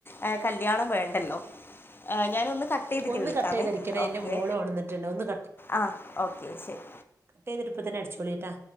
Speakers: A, on the left; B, on the right.
A: ഏഹ് കല്യാണം വേണ്ടല്ലോ. ഞാന് ഒന്ന് കട്ട് ചെയ്തിട്ട്
B: ഒന്ന്
A: വിളിക്കാമേ
B: കട്ട് ചെയ്തടിക്കണേ
A: ഓക്കെ
B: എന്റെ മോള് ഉണർന്നിട്ടുണ്ട് ഒന്ന്
A: ആഹ് ഓക്കെ ശെരി.
B: ട്ടയ്തിട്ട് ഇപ്പൊതന്നെ അടിച്ചോളിട്ടാ.